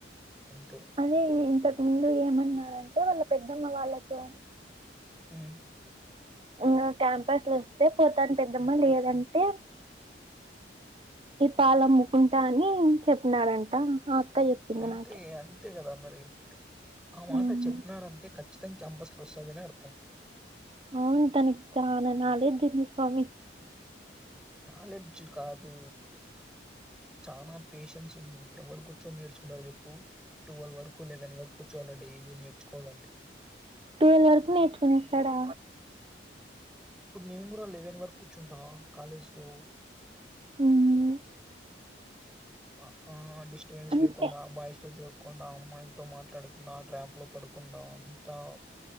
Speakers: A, in the centre; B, on the right (about 30°).
A: అంతే
B: అదే ఇంతకు ముందు ఏమన్నారంటే వాళ్ళ పెద్దమ్మ వాళ్ళతో
A: హ్మ్
B: నాకు క్యాంపస్ లో వస్తే పోతాను పెద్దమ్మా లేదంటే ఈ పాలమ్ముకుంటా అని చెప్పినాడంట అక్క చెప్పింది
A: అంతే
B: నాకి
A: అంతే కదా మరి ఆ మాట
B: మ్మ్
A: చెప్పినాడంతే ఖచ్చిత తం క్యాంపస్ లో వస్తాది అని అర్థం
B: అవును తనకి చాలా నాలెడ్జుంది స్వామి
A: నాలెడ్జ్ కాదు చానా పేషెన్స్ ఉంది ఎవరు కూర్చొని నేర్చుకుంటాడు చెప్పు ట్వెల్వ్ వరకు ఎలెవెన్ వరకు కూర్చోవాల డైలీ నేర్చుకోవాలంటే
B: ట్వల్వ్ వరకు నేర్చుకునేస్తాడా
A: ఇప్పుడు నేను కూడా లెవెన్ వరకు కూర్చుంటా కాలేజ్ లో
B: అవును
A: ఆ ఆ డిస్టబెన్స్
B: అంతే
A: లేకుండా బాయస్తో తిరగకుండా అమ్మాయిలతో మాట్లాడకుండా ట్రాప్ లో పడకుండా అంతా